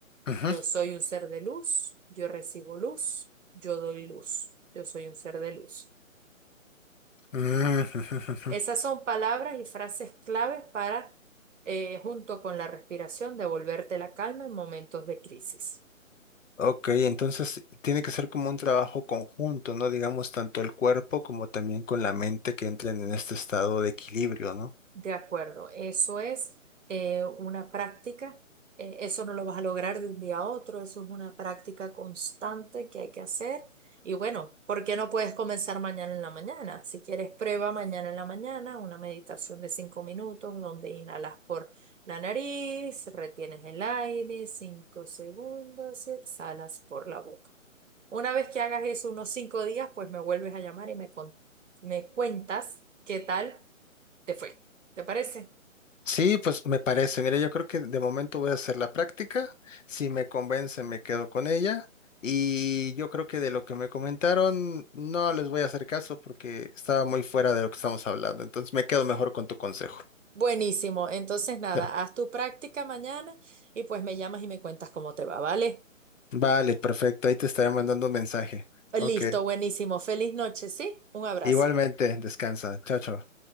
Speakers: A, on the left (about 65°); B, on the right (about 65°).
A: ujú,
B: yo soy un ser de luz, yo recibo luz, yo doy luz, yo soy un ser de luz.
A: ujú, ujú.
B: Esas son palabras y frases claves para, eh, junto con la respiración, devolverte la calma en momentos de crisis.
A: Ok, entonces tiene que ser como un trabajo conjunto, ¿no? Digamos, tanto el cuerpo como también con la mente que entren en este estado de equilibrio, ¿no?
B: De acuerdo, eso es eh, una práctica, eh, eso no lo vas a lograr de un día a otro, eso es una práctica constante que hay que hacer. Y bueno, ¿por qué no puedes comenzar mañana en la mañana? Si quieres, prueba mañana en la mañana una meditación de cinco minutos donde inhalas por la nariz, retienes el aire cinco segundos y exhalas por la boca. Una vez que hagas eso unos cinco días, pues me vuelves a llamar y me, con- me cuentas qué tal te fue. ¿Te parece?
A: Sí, pues me parece. Mira, yo creo que de momento voy a hacer la práctica. Si me convence, me quedo con ella. Y yo creo que de lo que me comentaron, no les voy a hacer caso porque estaba muy fuera de lo que estamos hablando. Entonces me quedo mejor con tu consejo.
B: Buenísimo. Entonces, nada,
A: <laughs> Ya.
B: haz tu práctica mañana y pues me llamas y me cuentas cómo te va, ¿vale?
A: Vale, perfecto. Ahí te estaré mandando un mensaje.
B: Listo,
A: Ok.
B: buenísimo. Feliz noche, ¿sí? Un abrazo.
A: Igualmente, descansa. Chao, chao.